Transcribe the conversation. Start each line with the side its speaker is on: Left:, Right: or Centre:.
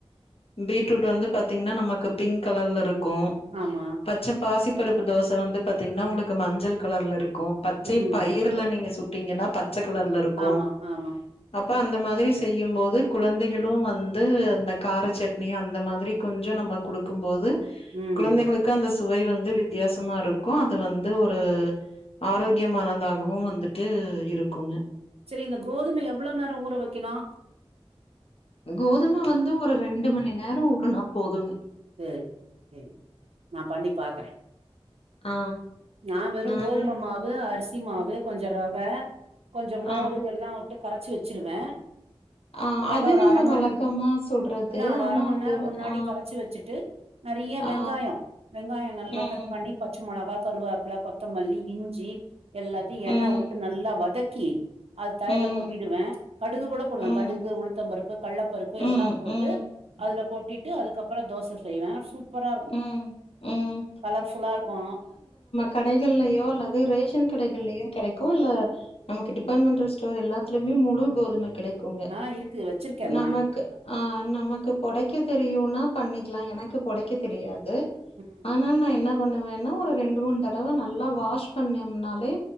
Left: பீட்ரூட் வந்து பாத்தீங்கனா நமக்கு பிங்க் கலர்லஇருக்கு
Right: ஆமா
Left: பச்ச பாசி பருப்பு தோச வந்து பாத்தீங்கன்னா உங்களுக்கு மஞ்சள் கலர்ல இருக்கு பச்சை
Right: ம்
Left: பை <unintelligible> நீங்க சுட்டீங்கன்னா பச்ச கலர்ல இருக்கு
Right: ஆமா ஆமா
Left: அப்ப அந்த மாரி செய்யு போது குழந்தைகளு வந்து அந்த காரச்சட் அந்த மாரி கொஞ்சோ நம்ம குடுக்கு போது
Right: ம்
Left: குழந்தைங்களு க்கு அந்த சுவை வந்து வித்தியாசமா இருக்கு அது வந்து ஒரு ஆரோக்கியமானதாகவு வந்துட்டு இருக்குங்க
Right: சேரி இந்த கோதுமை எவ்ளோ நேரோ ஊற வக்கனோ
Left: கோதும வந்து ஒரு ரெண்டு மணி நேரோ ஊரனா போதுங்க
Right: சேரி சேரி நா பண்ணி பாக்கறே
Left: ஆ
Right: நா வெறு
Left: நானு
Right: கோதும மாவு அரிசி மாவு கொஞ்சோ ரவ கொஞ்சோ மோரு
Left: ஆ.
Right: எல்லாவுட்டு கரச்சி வெச்சிருவே
Left: ஆ
Right: நல்லா
Left: அது
Right: ஒரு
Left: நம்ம
Right: அரமண்
Left: வழக்கமா சொல்றது.
Right: அதா அது
Left: ஆனா
Right: அரமண் நேரோ முன்னாடி
Left: ஆ,
Right: கரச்சி வச்சிட்டு நெறிய
Left: ஆ,
Right: வெங்காயோ வெங்காயோ நல்லா
Left: ம்,
Right: கட் பண்ணி பச்ச மொளகா கருவாப்பில கொத்தமல்லி இஞ்சி எல்லாத்தையு
Left: ம்,
Right: எண்ணவுட்டு நல்லா வதக்கி அது தலையில
Left: ம்,
Right: கொட்டிடுவ கடுகு கூட போடுவ
Left: ம்,
Right: கடுகு உளுத்த பருப்பு கல்லப்பருப்பு
Left: ம்,
Right: எல்லா போட்டு
Left: ம்,
Right: அதுலா கொட்டிட்டு அதுக்கப்றோ தோச செய்வ சூப் சூப்பரா இருக்கு
Left: ம், ம்.
Right: கலர்ஃபுல்லா இருக்கு
Left: கடகள்லயோ அல்லது ரேஷன் கடகள்லயு கெடைக்கோ இல்ல நமக்கு டிபார்ட்மெண்டல் ஸ்டோர் எல்லாத்துலயுமே முழு கோதும கெடைக்குங்க
Right: ஆ இருக்கு வச்சிருக்கேம்மா
Left: நமக்கு அ நமக்கு பொடைக்க தெரியுன்னா பண்ணிக்கலா எனக்கு பொடைக்க தெரியாது
Right: ம்
Left: ஆனா நா என்ன பண்ணுவேன்னா ஒரு ரெண்டு மூணு தடவ நல்லா வாஷ் பண்ணோம்னாலே